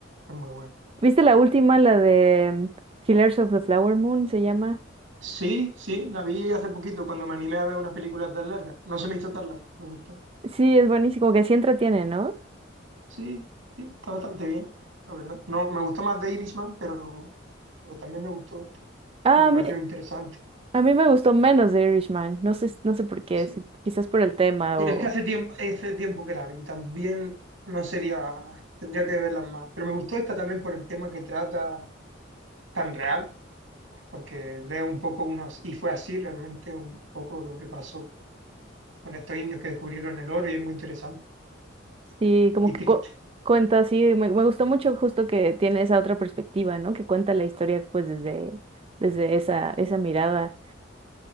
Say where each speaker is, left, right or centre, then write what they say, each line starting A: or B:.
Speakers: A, on the right; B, on the right.
A: es muy bueno.
B: ¿Viste la última, la de Killers of the Flower Moon se llama?
A: Sí, sí, la vi hace poquito cuando me animé a ver una película tan larga. No se me hizo tan larga, me gustó.
B: Sí, es buenísimo, como que sí entretiene, ¿no?
A: Sí, sí, está bastante bien, la verdad. No, me gustó más de Irishman, pero, pero también me gustó esto.
B: Ah,
A: Me
B: a
A: pareció
B: mí,
A: interesante.
B: a mí me gustó menos de Irishman, no sé, no sé por qué,
A: Sí.
B: si- quizás por el tema
A: Bueno,
B: o
A: es que hace tiempo, hace tiempo que la vi. También no sería, tendría que verlas más. Pero me gustó esta también por el tema que trata tan real, porque leo un poco unos, y fue así realmente un poco lo que pasó con estos indios que descubrieron el oro y es muy interesante
B: sí, como
A: y
B: que
A: triste.
B: cu- cuenta, sí, me, me gustó mucho justo que tiene esa otra perspectiva, ¿no? Que cuenta la historia pues desde, desde esa, esa mirada,